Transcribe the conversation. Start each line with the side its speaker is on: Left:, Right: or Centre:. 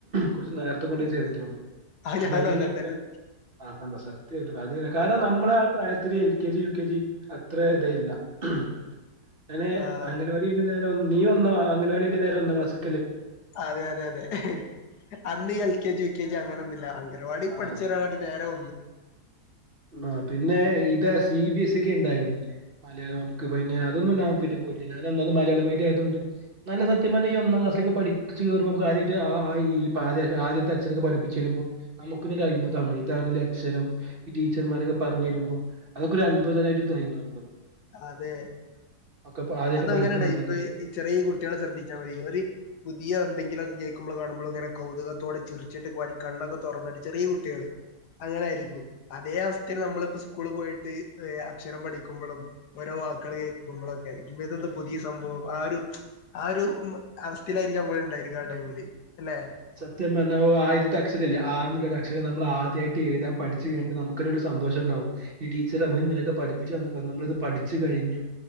Right: കുറച്ച് നേരത്തെ കൊണ്ട്
Left: ഉം
Right: ചേർത്തുണ്ട്
Left: ആ ഞാനും
Right: അതിന
Left: അങ്ങനെ
Right: ശേഷ
Left: തന്നെ
Right: കണ്ട സത്യയിട്ടും അ കാരണം നമ്മൾ ആ പ്രായത്തില L K G U K G അത്ര എടാ ഇല്ല ഉ അങ്ങനെ
Left: ആഹ്
Right: ആഗനവാടികഴിഞ്ഞിട്ട് നേരെ നീ ഒന്ന് ആഗനവാടി കഴിഞ്ഞിട്ട് നേരെ ഒന്നാ ക്ലാസ്സ്‌
Left: അതെ അതെ അതെ അന്ന് L K G L K G അങ്ങനൊന്നില്ല ഒരുപാട്
Right: ആഹ്
Left: പഠിച്ചൊരാളാട്ട് നേരം
Right: ആ പിന്നെ ഇതാ സി ബി എസ് സിക്ക് ഇണ്ടായിരുന്നിലെ മലയാളംക്ക് പിന്നെ അതൊന്നും നാൻ പിന്നെ പോയിട്ടില്ല ഞാനന്നന്ന് മലയാള മീഡിയായതോണ്ട് നല്ല സത്യ പറഞ്ഞ ഈ ഒന്നാം ക്ലാസിലേക്ക് പഠിച്ച് കേറുമ്പോ നമുക്ക് ആദ്യായിട്ട് അ ആ ഇ ഈ ഇപ്പ ആദ്യായിട്ട് ആദ്യത്തെ അക്ഷരോക്കേ പഠപ്പിച്ചു തരുമ്പോ നമുക്കെന്നെ അത്ഭുതമാണ് ഇതാണല്ലേ അഷരം ഈ ടീച്ചർമാരൊക്കെ പറഞ്ഞെരുമ്പോൾ അതൊക്കെ ഒരു അത്ഭുതകരമായിട്ട് തൈമ
Left: അതെ
Right: ഒക്കെ ആദ്യമായിട്ട്
Left: അതങ്ങനെയണ്
Right: പഠിക്കുന്ന സമയത്തൊക്കെ
Left: ഇപ്പൊ ഈ ചെറിയ കുട്ടികളെ ശ്രദ്ധിച്ചാൽ മതി ഇവര് പുതിയ എന്തെങ്കിലുമൊക്കെ ക്കുമ്മള് കാണുമ്പോളങ്ങനെ കൗതുകത്തോടെ ചിറിച്ചിട്ട് വരി കണ്ണൊക്കെ തുറന്നടി ചെറിയ കുട്ടികള് അങ്ങനെ ആയിരിക്കും
Right: അതെ
Left: അതേ അവസ്ഥയില് നമ്മളിപ്പ സ്കൂള് പോയിട്ട് എ അക്ഷരം പഠിക്കുമ്പഴും ഓരോ വാക്കുകൾ കേൾക്കുമ്പളും എ ഇമ്മെതെന്ത് പുതിയ സംഭവം ആഹ് ഒരു ആഹ് ഒരു അവസ്ഥയിലായിരിക്കാം നമ്മളി ണ്ടായിരിക്ക ആ ടൈമില് അല്ലെ
Right: സത്യം പർഞ്ഞ ഓ ആയിതിത്തെ അക്ഷരല്ലേ ആഹ് ന്ന്ല്ലൊര് പക്ഷേ നമ്മള് ആ ദ്യായിട്ട് എഴുതാൻ പഠിച്ചു കഴിഞ്ഞിട്ട് നമുക്കു ക്കിനിടു സന്തോഷം ഇണ്ടാവും ഇടീച്ചർ നമക്ക് ഇങ്ങയക്ക പഠപ്പിച്ചു തന്നാ നമ്മളിത് പഠിച്ചു കഴിഞ്ഞു